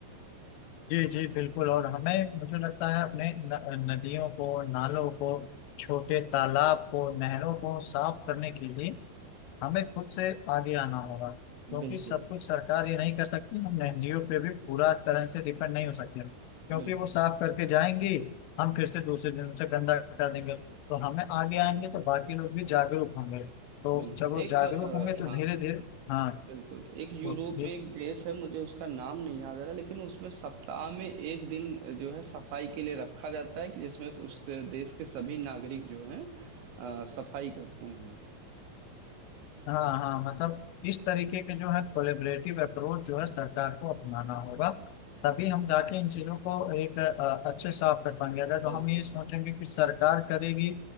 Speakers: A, on the left; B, on the right.
A: जी जी बिल्कुल और हमें मुझे लगता है अपने न, नदियों को नालों को छोटे तालाब को नहरों को साफ करने के लिए हमें खुद से आगे आना होगा क्योंकि
B: बिल्कुल
A: सब कुछ सरकार ये नहीं कर सकती हम एनजीओ पे भी पूरा तरह से डिपेंड नहीं हो सकते क्योंकि
B: बिल्कुल
A: वो साफ करके जाएंगी हम
B: हम्म
A: फिर से दूसरे दिन उसे गंदा कर देंगे तो हमें आगे आएंगे तो बाकी लोग भी जागरूक होंगे तो
B: बिल्कुल
A: जब वो
B: एक
A: जागरूक
B: अ,
A: होंगे तो
B: हाँ
A: धीरे धीरे हाँ
B: बिल्कुल एक यूरोप
A: तो धीरे
B: में एक देश है मुझे उसका नाम नहीं याद आ रहा लेकिन उसमें सप्ताह में एक दिन अ, जो है सफाई के लिए रखा जाता है कि जिसमें उस देश के सभी नागरिक जो हैं अ, सफाई करते हैं
A: हाँ हाँ मतलब इस तरीके के जो है कोलेबरेटिव अप्रोच जो है सरकार को अपनाना होगा तभी हम जाके इन चीजों को एक अ, अच्छे साफ कर पाएंगे अगर जो
B: बिल्कुल
A: हम ये सोचेंगे कि सरकार करेगी